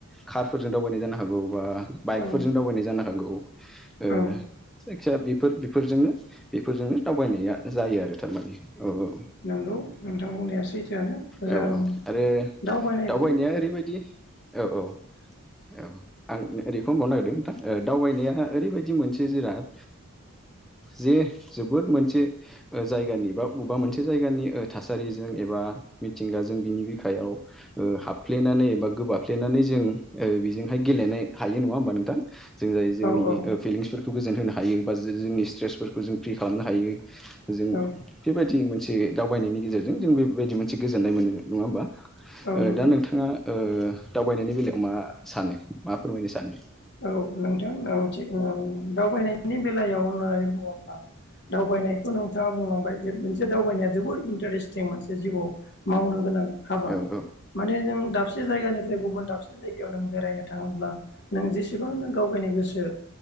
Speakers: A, in the centre; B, on the left (about 55°).
A: कारफोरजों दावबायनाय जानो हागौ बा बाइकफोरजों
B: औ
A: दावबायनाय जानो हागौ जायखिजया
B: औ
A: बेफोर बेफोरजोंनो बेफोरजोंनो दावबायनाया जायो आरो थार माने औ औ
B: नंगौ नोंथां बुंनाया सैथोआनो
A: औ
B: जों
A: औ आरो
B: दावबायनायखौ
A: दावबायनाया ओरैबायदि औ औ औ आं ओरैखौ होनबावनो नागिरदों नोंथां दावबायनाया ओरैबायदि मोनसे जिराद जे जोबोद मोनसे जायगानि बा बबेबा मोनसे जायगानि थासारिजों एबा मिथिंगाजों बिनि बिखायाव हाबफ्लेनानै एबा गोबाफ्लेनानै जों जों ओ बेजोंहाय गेलेनो हायो नङा होमबा नोंथां जों जाय जोंनि
B: औ औ
A: फिलिंसफोरखौ गोजोन होनो हायो बा जोंनि स्ट्रेसफोरखौ जों फ्रि खालामनो हायो जों
B: औ
A: बेबायदि मोनसे बायनायनि गेजेरजों जों बेबायदि मोनसे गोजोननाय मोनो नङा होमबा।
B: औ
A: ओ
B: नंगौ
A: दा नोंथाङा ओ दावबायनायनि बेलायाव मा सानो मा फोरमायनो सानो?
B: औ नोंथां ओं दावबायनायनि बेलायाव होननानै बुङोब्ला दावबायनायखौ नोंथाङा बुंलांबाय जे मोनसे दावबायनाया जोबोर इन्टारेस्टिं मोनसे जिउआव मावनो गोनां हाबा
A: औ औ
B: माने जों दाबसे जायगानिफ्राय गुबुन दाबसे से जायगायाव नों बेरायनो थाङोब्ला नों जेसेबां नों दावबायनो गोसो